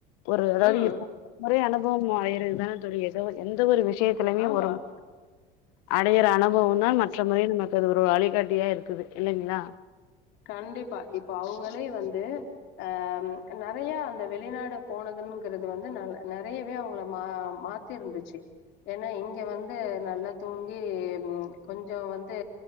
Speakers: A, on the left; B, on the left.
A: ஒரு அதாவது
B: ம்
A: இப்போ முறை அனுபவம் ஆயிதுதான எதோ எந்த ஒரு விஷயத் திலமே
B: ஆமா
A: வரும் அடையிற அனுபவம் தா மற்ற முறை நமக்கு அது ஒரு வழிகாட்டியா இருக்குது இல்லைங்களா
B: கண்டிப்பா இப்ப அவுங்களே வந்து அ நெறைய அந்த வெளிநாடு போனதுங்கிறது வந்து ந நெறையவே அவுங்கள மா மாத் த்திற முடிச்சு ஏனா இங்க வந்து நல்லா தூங்கி ம் கொஞ்ச வந்து